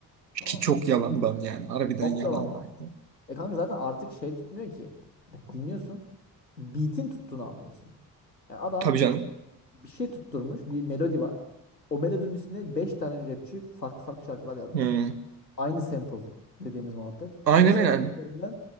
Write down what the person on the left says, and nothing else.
Tamam
bitti.
Çok
yalandan. E kanka zaten artık şey tutmuyor ki. Dinliyorsun. Beat'in tuttuğunu anlıyorsun. Yani adam
bir şey tutturmuş. Bir melodi var. O melodinin üstüne 5 tane rapçi farklı farklı şarkılar yazmış.
Aynı sample dediğimiz muhabbet.
O sample
üzerinden